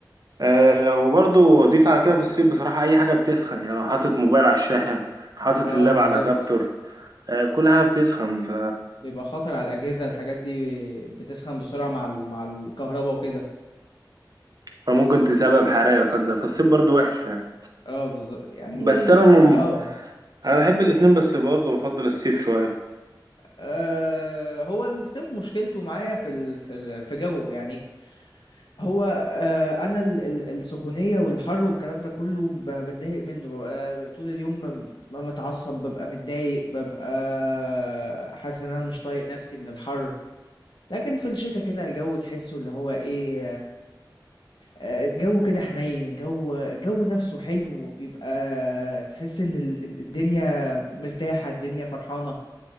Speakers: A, on the right; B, on the left.
A: آه، وبرضو اضيف على كده في الصيف بصراحة اي حاجة بتسخن يعني لو حاطط موبايل على الشاحن حاطط
B: اه
A: اللاب
B: بالظبط
A: على الادابتور آه، كل حاجة بتسخن ف...
B: بيبقى خطر على الأجهزة الحاجات دي بتسخن بسرعة مع ال... مع الكهرباء وكده
A: فممكن تسبب حرارة لا قدر فالصيف برضو وحش يعني
B: اه بالظبط يعني
A: بس انا مم...
B: اه
A: انا بحب الاتنين بس برضو بفضل الصيف شوية
B: آه، هو الصيف مشكلته معايا في ال... في ال... في جو يعني هو آه، انا ال- ال- السخونيه والحر والكلام ده كله ب- بتضايق منه ببقى طول اليوم م- م- متعصب ببقى متضايق ببقى حاسس ان انا مش طايق نفسي من الحر لكن في الشتاء كده الجو تحسه اللي هو ايه آه، الجو كده حنين الجو الجو نفسه حلو بيبقى تحس ان ال- ال- الدنيا مرتاحه الدنيا فرحانه